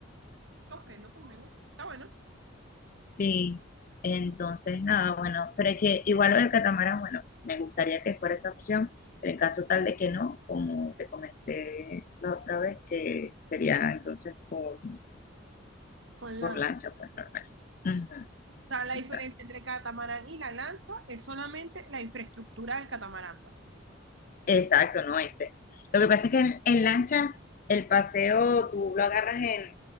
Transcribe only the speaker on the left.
Sí, entonces nada, bueno, pero es que igual lo del catamarán, bueno, me gustaría que fuera esa opción, pero en caso tal de que no, como te comenté la otra vez, que sería entonces por,
por
lancha, pues normal. Ujú,
exacto.
Exacto, no este. Lo que pasa es que en, en lancha el paseo tú lo agarras en